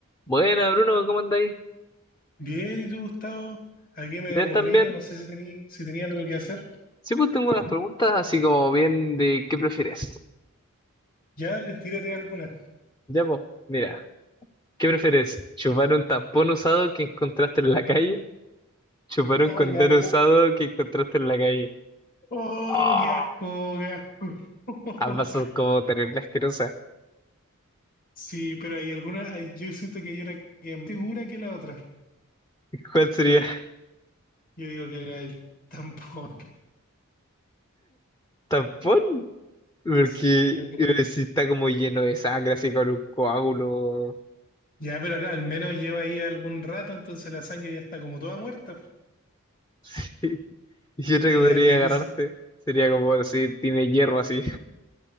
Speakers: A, on the left (about 15°); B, on the left (about 40°).
A: Buena, Bruno, ¿cómo andáis?
B: Bien, ¿y tú, Gustavo? Aquí medio
A: ¿Bien
B: aburrido,
A: también?
B: no sé si tení, si tenía algo que hacer.
A: Sí, pues tengo unas preguntas así como bien de ¿qué prefieres?
B: Ya, les tírate alguna.
A: Ya, pues, mira, ¿qué prefieres? ¿Chupar un tampón usado que encontraste en la calle? ¿Chupar
B: Ah,
A: un condón
B: qué asco.
A: usado que encontraste en la calle?
B: Oh,
A: ¡Oh!
B: qué asco, qué asco. <laughs>
A: Ambas son como terrible asquerosas.
B: Sí, pero hay alguna, hay- yo siento que hay una que es más segura que la otra.
A: ¿Cuál sería?
B: Yo digo que la del tampón. <laughs>
A: ¿Tampón? Porque
B: Sí, yo creo.
A: eh, si está como lleno de sangre, así con un coágulo.
B: Ya, pero al menos lleva ahí algún rato, entonces la sangre ya está como toda muerta.
A: <laughs> Y otra
B: Y
A: que podría
B: es difícil.
A: agarrarte sería como si tiene hierro así.